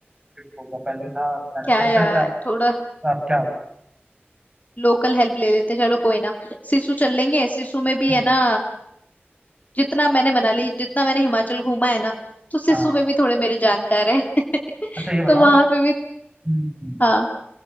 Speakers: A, on the right; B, on the left.
A: skip हो गया पहले था तो मैंने
B: क्या
A: सोचा
B: यार
A: था
B: थोड़ा
A: तो आप क्या
B: लोकल हेल्प ले लेते चलो कोई ना सिसु चल लेंगे सिसु में भी
A: हाँ
B: है ना जितना मैंने मनाली जितना मैंने हिमाचल घूमा है ना तो सिसु
A: हाँ
B: में भी थोड़े मेरे जानकार है <laughs>
A: अच्छा ये बताओ
B: तो वहां पे भी
A: हम्म, हम्म,
B: हाँ